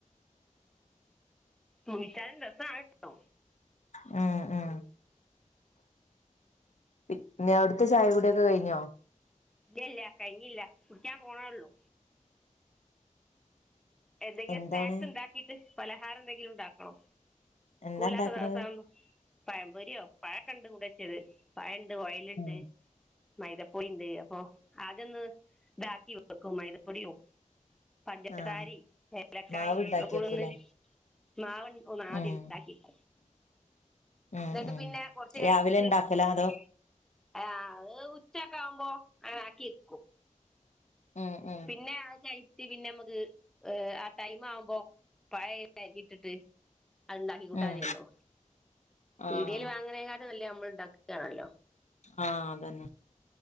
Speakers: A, in the centre; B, on the left.
A: തൂമ്പിചാലും രെസാണ് ട്ടൊ
B: ആ ആ <unintelligible> പിന്നെ അവുട്ത്തെ ച്ചായകുടിയൊകെ കയിഞോ
A: ഇല്ല ഇല്ല കഴിഞ്ഞീല്ല കുടിക്യാൻ പോണോള്ളൂ എന്തൊക്കെ
B: എന്താണ്
A: സ്നാക്സ് ഇണ്ടാക്കിട്ട് പലഹാരന്തെങ്കിലും ഉണ്ടാക്കണോ സ്കൂള്ല്ലാത്ത
B: എന്താ ഇണ്ടാക്കണത്
A: ദെവസാവുമ്പൊ പയം പൊരിയോ പഴൊകെണ്ട് കൊണ്ടെച്ചത് പഴം ഓയ്ല്ണ്ട്
B: ഉം
A: മൈദപൊടിണ്ട് അപോ ആദ്യന്ന് താകി വെക്കും മൈദപൊടിയും പഞ്ചസാരിം
B: ആഹ്
A: ഐലകായും
B: മാവ് ഇണ്ടാക്കിയേക്കൂലേ
A: തൊ കൂടൊന്ന് മാവ് ഒന്നാദ്യണ്ടാക്യെക്കും
B: ഉം ഉം
A: ന്നട്ട്
B: ഉം
A: പിന്നെ കൊർച്ച് കയിഞിട്ട്
B: രാവിലെ ഇണ്ടാക്കലാ അതോ
A: ആ അഹ് ഉച്ച ഒക്കാവുമ്പോ അങ്ങനാക്കി <inaudible>
B: ഉം ഉം
A: പിന്നെ ആ കഴിഞിട്ട് പിന്നമ്മക്ക് ഏ ആ ടൈം ആവുമ്പോ പയ അയ്ലെരിഞ്ഞിട്ടിട്ട് അഅ്ണ്ടാക്കി കൂട്ടാതിയല്ലോ
B: ഉം
A: പീടിയേല്
B: ആഹ്
A: വാങ്ങ്ണേ കാട് ലും നല്ലെ നമ്മള്ണ്ടാക്ണാണല്ലൊ
B: ആ അതെന്നെ